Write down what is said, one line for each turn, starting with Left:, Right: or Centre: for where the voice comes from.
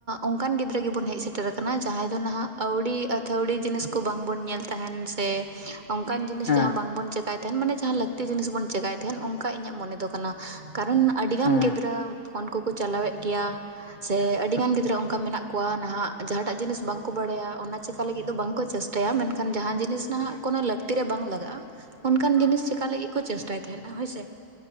Right: ᱚᱱᱠᱟᱱ ᱜᱤᱫᱽᱨᱟᱹ ᱜᱮᱵᱚᱱ ᱦᱮᱡ ᱥᱮᱴᱮᱨᱼᱼ ᱠᱟᱱᱟ ᱡᱟᱦᱟᱸᱭ ᱫᱚ ᱱᱟᱦᱟᱜ ᱟᱹᱣᱲᱤ ᱟᱹᱛᱷᱟᱹᱣᱲᱤ ᱡᱤᱱᱤᱥ ᱠᱚ ᱵᱟᱝ ᱵᱚᱱ ᱧᱮᱞ ᱛᱟᱦᱮᱱ ᱥᱮ ᱚᱱᱠᱟᱱ ᱡᱤᱱᱤᱥ
Left: ᱱᱚᱝᱠᱟ
Right: ᱡᱟᱦᱟᱸ ᱵᱟᱝ ᱵᱚᱱ ᱪᱮᱠᱟᱹᱭ ᱛᱟᱦᱮᱸᱱ ᱢᱟᱱᱮ ᱡᱟᱦᱟᱸ ᱞᱟᱹᱠᱛᱤ ᱡᱤᱱᱤᱥ ᱵᱚᱱ ᱪᱮᱠᱟᱭ ᱛᱟᱦᱮᱸᱱ ᱚᱱᱠᱟ ᱤᱧᱟᱹᱜ ᱢᱚᱱᱮ ᱫᱚ ᱠᱟᱱᱟ ᱠᱟᱨᱚᱱ ᱟᱹᱰᱤ
Left: ᱡᱟᱦᱟᱸ
Right: ᱜᱟᱱ ᱜᱤᱫᱽᱨᱟᱹ ᱯᱷᱳᱱ ᱠᱚᱠᱚ ᱪᱟᱞᱟᱣ ᱮᱫ ᱜᱮᱭᱟ ᱥᱮ
Left: ᱵᱩᱡᱷᱟᱹᱜ ᱠᱟᱱ ᱛᱟᱦᱮᱸ
Right: ᱟᱹᱰᱤ ᱜᱟᱱ ᱜᱤᱫᱽᱨᱟᱹ ᱚᱱᱠᱟ ᱢᱮᱱᱟᱜ ᱠᱚᱣᱟ ᱱᱟᱦᱟᱜ ᱡᱟᱦᱟᱸᱴᱟᱜ ᱡᱤᱱᱤᱥ ᱵᱟᱝ ᱠᱚ ᱵᱟᱲᱟᱭᱟ ᱚᱱᱟ ᱪᱮᱠᱟ ᱞᱟᱹᱜᱤᱫ ᱫᱚ ᱵᱟᱝ ᱠᱚ ᱪᱮᱥᱴᱟᱭᱟ ᱢᱮᱱ ᱠᱷᱟᱱ ᱡᱟᱦᱟᱸ ᱡᱤᱱᱤᱥ ᱱᱟᱦᱟᱜ ᱠᱚᱱᱚ ᱞᱟᱹᱠᱛᱤ ᱨᱮ ᱵᱟᱝᱼᱼ ᱞᱟᱜᱟᱜᱼᱟ ᱚᱱᱠᱟᱱ ᱡᱤᱱᱤᱥ ᱪᱮᱠᱟ ᱞᱟᱹᱜᱤᱫ ᱠᱚ ᱪᱮᱥᱴᱟᱭ ᱛᱟᱦᱮᱸᱱᱟ ᱦᱳᱭ ᱥᱮ